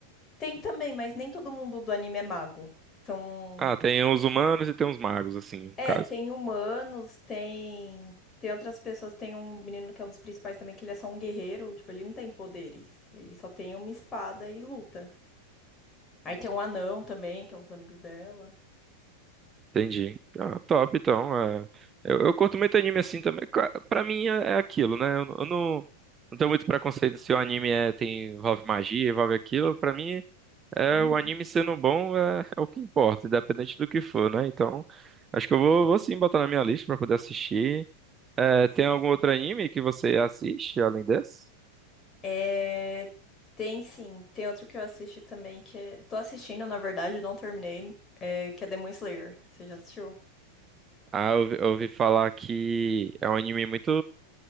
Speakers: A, on the left (about 25°); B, on the right (about 20°).
A: Tem também, mas nem todo mundo do anime é mago. São.
B: Ah, tem os humanos e tem os magos, assim, no
A: É,
B: caso.
A: tem humanos, tem. Tem outras pessoas, tem um menino que é um dos principais também, que ele é só um guerreiro, tipo, ele não tem poderes. Ele só tem uma espada e luta. Aí
B: Hum.
A: tem um anão também, que é um dos amigos dela.
B: Entendi. Ah, top, então. é. Eu, eu curto muito anime assim também. Ca- Pra mim é, é aquilo, né? Eu, não, eu não não tenho muito preconceito se o anime é, tem, envolve magia, envolve aquilo. Pra mim, é,
A: Uhum,
B: o anime sendo bom é, é o que importa, independente do que for, né? Então, acho que eu vou,
A: sim,
B: vou sim botar na minha lista pra poder assistir. É,
A: assiste.
B: tem algum outro anime que você assiste além desse?
A: É, tem sim, tem outro que eu assisti também, que é... Tô assistindo, na verdade, não terminei, é... que é Demon Slayer. Você já assistiu?
B: Ah, eu ouvi, eu ouvi falar que é um anime muito,